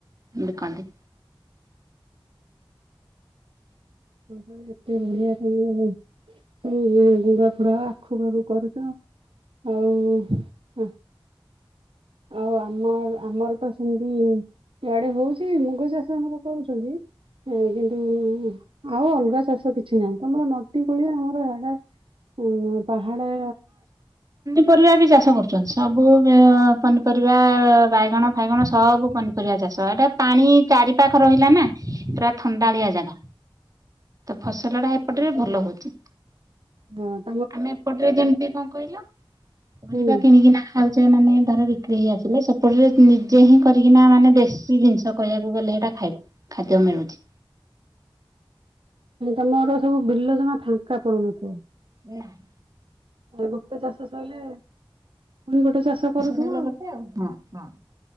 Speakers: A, on the right; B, on the right.
A: ବିକନ୍ତି
B: ହ ଏତେ ଭଳିଆ ତମ ଗୁଡା ଫୁଡା ଆଖୁ ବାଖୁ କରୁଛ ଆଉ ଆଉ ଆମର ଆମର ତ ସେମିତି ଇଡେ ହଉଛି ମୁଗ ଚାଷ ଆମର କରୁଛନ୍ତି। କିନ୍ତୁ ଆଉ ଅଲଗା ଚାଷ କିଛି ନାହିଁ ତମର ନଦୀ କୋଳିଆ ଆମର ଏଡା ହଁ ପହାଡ଼
A: ନିପରିବା ବି ଚାଷ କରୁଛନ୍ତି, ସବୁ ପନିପରିବା ବାଇଗଣ ଫାଇଗଣ ସବୁ ପନିପରିବା ଚାଷ ଏଟା ପାଣି ଚାରି ପାାଖ ରହିଲା ନା ପୁରା ଥଣ୍ଡାଳିଆ ଜାଗା ତ ଫସଲଟା ଏପଟେରେ ଭଲ ହଉଚ
B: ହଁ
A: ଆମେ ଏପଟରେ ଯେମିତି କଣ କହିଲ ପରିବା
B: ହୁଁ
A: କିଣିକି ନା ଖାଉଛ ମାନେ ଧର ବିକ୍ରି ହେଇ ଆସିଲେ ସେପଟରେ ନିଜେ ହିଁ କରିକିନା ମାନେ ଦେଶୀ ଜିନିଷ କହିବାକୁ ଗଲେ ସେଟା ଖାଇବ ଖାଦ୍ୟ ମିଳୁଛି
B: ତମର ସବୁ ବିଲ ଜମା ଫାଙ୍କା ପଡୁନଥିବ
A: ନାଁ
B: ଆ ଗୋଟେ ଚାଷ ସରଲେ ପୁଣି ଗୋଟେ ଚାଷ କରୁଥିବ
A: ସରିଲେ
B: ଆଉ
A: ଗୋଟେ ହଁ ହଁ